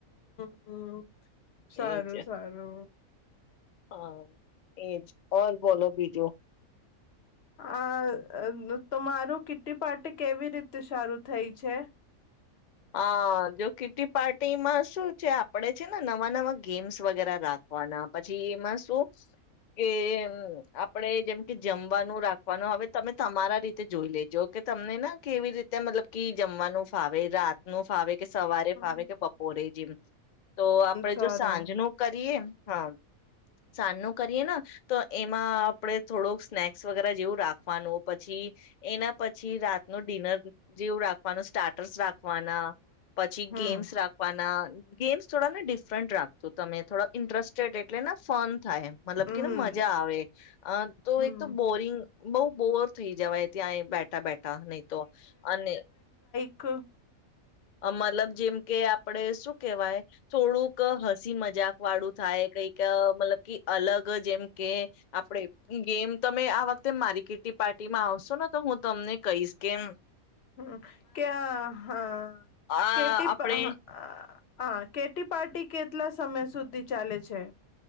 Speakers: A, on the left (about 55°); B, on the left (about 75°).
A: હમ્મ. સારું-સારું.
B: એજ હા એજ ઓર બોલો બીજું.
A: આ અહ તમારું કીટી પાર્ટી કેવી રીતે સારું થઈ છે?
B: અહ જો કીટી પાર્ટીમાં શું છે આપણેે છે ને નવા-નવા ગેમ્સ વગેરા રાખવાના પછી એમાં શું કે આપણેે જેમ કે જમવાનું રાખવાનું, હવે તમે તમારા રીતે જોઈ લેજો ઓકે તમને ના કેવી રીતે મતલબ કે જમવાનું ફાવે રાત નો ફાવે કે સવારે
A: હમ
B: ફાવે કે બપોરે જેમ તો આપડે
A: સારું
B: જો સાંજ નું કરીએ હા. સાંજનું કરીએ ને તો એમાં આપણેે થોડોક સ્નેક્સ વગેરે જેવું રાખવાનું પછી એના પછી રાતનું ડિનર જેવું રાખવાનું સ્ટાર્ટર્સ રાખવાના. પછી
A: હમ
B: ગેમ્સ રાખવાના. ગેમ્સ થોડા ને ડિફરન્ટ રાખજો તમે થોડાઇન્ટરેસ્ટેડ એટલે ન ફોન થાય મતલબ
A: હમ
B: કે ને મજા આવે તો
A: હમ
B: એક તો બોરિંગ બહુ બોર થઈ જવાય ત્યાં બેઠા બેઠા નહી તો અને
A: એક
B: મતલબ જેમ કે આ આપડે શું કેવાય? થોડુંક હસી મજાક વાળું થાય કઈક મતલબ કે અલગ જેમ કે આપડે જેમ તમે આ વખતે મારી કીટી પાર્ટી માં આવશો ને તો હું તમને કહીશ કેમ
A: હમ ક્યા હા. હ
B: આ
A: કેટીપ
B: આપણે
A: હ. હા કેટી પાર્ટી કેટલા સમય સુધી ચાલે છે.